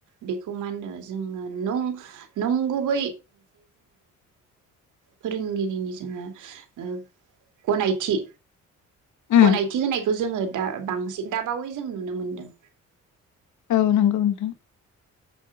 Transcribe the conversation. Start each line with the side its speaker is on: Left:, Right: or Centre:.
Right: बेखौ मा होनदो जोङो फोरोंगिरिनि जोङो ओ गनायथि
Left: उम
Right: गनायथि होनायखौ जोङो दा बांसिन दाबावै जों नुनो मोनदों।
Left: औ नंगौ नोंथां।